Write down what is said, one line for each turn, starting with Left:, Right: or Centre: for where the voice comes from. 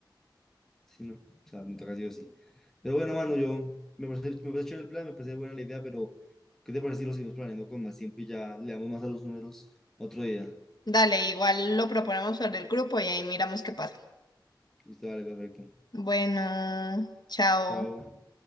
Centre: Sí, no, o sea, me toca sí o sí. Pero bueno, mano, yo me parece, me parece chévere el plan, me parece buena la idea, pero ¿qué te parece si lo seguimos planeando con más tiempo y ya le damos más a los números otro día?
Left: Dale, igual lo proponemos por el grupo y ahí miramos qué pasa.
Centre: Listo, vale, perfecto.
Left: Bueno, chao.
Centre: Chao.